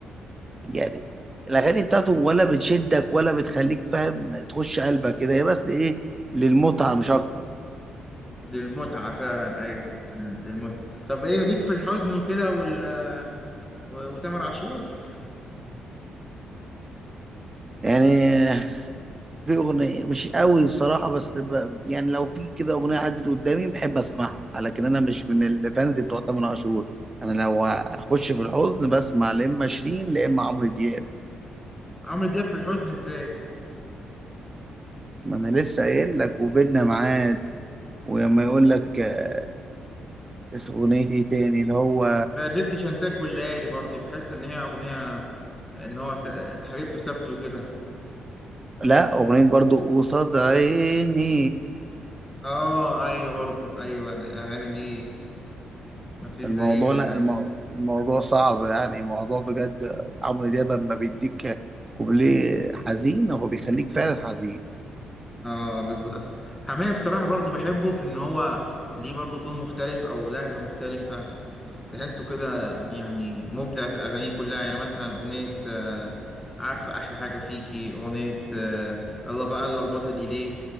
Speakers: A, on the right (about 15°); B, in the centre.
A: يعني الاغاني بتاعته ولا بتشدك ولا بتخليك فاهم تخش قلبك كده هي بس ايه للمتعه مش اكتر
B: للمتعة فعلا أيوه لل- للمتعة طب إيه ليك في الحزن وكده وال... و- وتامر عاشور
A: يعني في اغنيه مش قوي بصراحه بس ب... يعني لو في كده اغنيه عدت قدامي بحب اسمعها لكن انا مش من الفانز بتوع تامر عاشور انا لو اخش في الحزن بسمع لا اما شيرين لا اما عمرو دياب
B: عمرو دياب في الحزن إزاي؟
A: ما انا لسه قايل لك وبيننا ميعاد وما يقول لك آه، اسم اغنيه ايه تاني اللي هو
B: ما قدرتش انساك والليالي برضو بحس ان هي اغنيه ان هو س... حبيبته سابته كده
A: لا اغنيه برضو قصاد عيني
B: اه ايوه برضو ايوه الاغاني دي ما فيش زيها
A: الموضوع لا
B: يعني
A: المو- الموضوع صعب يعني موضوع بجد عمرو دياب لما بيديك كوبليه حزين هو بيخليك فعلا حزين
B: اه بالظبط حماية بصراحه برضو بحبه في ان هو ليه برضو تون مختلف او لهجه مختلفه تحسه كده يعني مبدع في اغانيه كلها يعني مثلا اغنيه آه، عارفه احلى حاجه فيكي اغنيه آه، الله بقى اللخبطه دي ليه